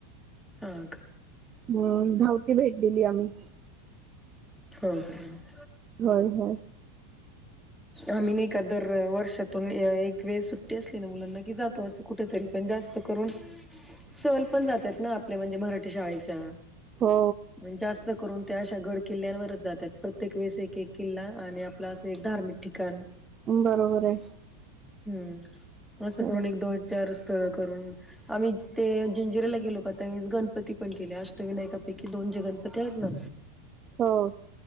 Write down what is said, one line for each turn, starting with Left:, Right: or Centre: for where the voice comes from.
Centre: हा का.
Right: हम् धावती भेट दिली आम्ही,
Centre: हो.
Right: होय हो
Centre: आम्ही नाही का दर वर्षातून एक वेळ सुट्टी असले ना मुलांना, की जातो असं कुठेतरी पण जास् करून, सल पण जातात ना आपल्या म्हणजे मराठी शाळेच्या.
Right: हो,
Centre: म्हण जास्त करून त्या अशा गड किल्ल्यांवरच जातात प्रत्येक वेळेस एक एक किल्ला आणि आपला असं एक धार्मिक ठिकाण.
Right: बरोबर आहे.
Centre: हम्म असं
Right: खरं
Centre: करून
Right: आहे.
Centre: एक दोन-चार, तळ करून आम्ही ते जंजिराला गेलो का त्या वेळेस गणपती पण केले अष्टविनायकापैकी दोन, जे गणपती आहेत ना,
Right: हो.